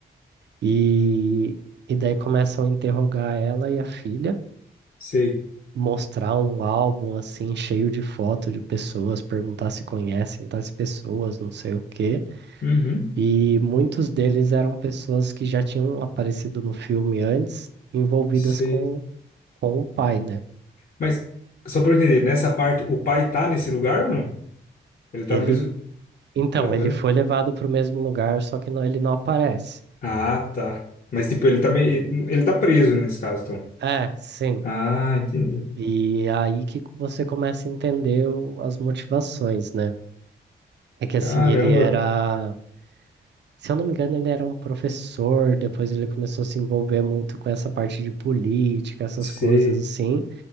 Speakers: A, on the right; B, on the left.
A: E, e daí começam a interrogar ela e a filha,
B: Sei.
A: mostrar um álbum, assim, cheio de foto de pessoas, perguntar se conhecem tais pessoas, não sei o quê.
B: Uhum.
A: E muitos deles eram pessoas que já tinham aparecido no filme antes, envolvidas
B: Sei.
A: com, com o pai, né?
B: Mas, só pra eu entender, nessa parte, o pai tá nesse lugar ou não? Ele tá
A: Ele
B: no mesmo.
A: Então,
B: Aham.
A: ele foi levado para o mesmo lugar, só que não- ele não aparece.
B: Ah, tá. Mas, tipo, ele tá meio. Ele tá preso nesse caso, então.
A: É, sim.
B: Ah, entendi.
A: E aí que você começa a entender o- as motivações, né? É que assim,
B: Caramba.
A: ele era, se eu não me engano, ele era um professor, depois ele começou a se envolver muito com essa parte de política, essas
B: Sei.
A: coisas assim,